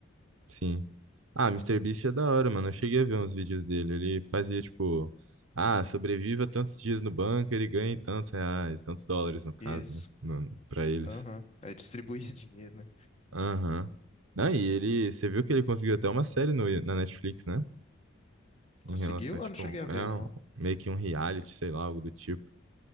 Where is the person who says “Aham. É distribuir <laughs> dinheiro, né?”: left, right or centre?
Left